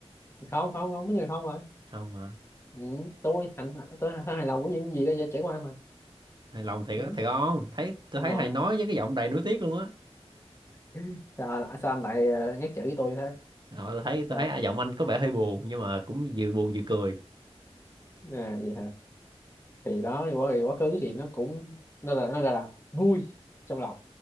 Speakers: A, on the left; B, on the right.
A: không không không có người không rồi
B: không mà
A: ừ. tôi hạnh tôi hài- hài lòng với những gì đã trải qua mà
B: hài lòng thiệt
A: ừ.
B: á thiệt không thấy tôi
A: đúng
B: thấy
A: rồi
B: thầy nói với cái giọng đầy nuối tiếc luôn á
A: <laughs> sao, sao anh lại ờ, nhắc chữ với tôi thế
B: Ờ, tôi thấy tôi
A: sao
B: thấy à, giọng anh có vẻ hơi buồn nhưng mà cũng vừa buồn vừa cười
A: à, gì hả thì đó thì quá, thì quá khứ thì nó cũng nó là nó gọi là vui trong lòng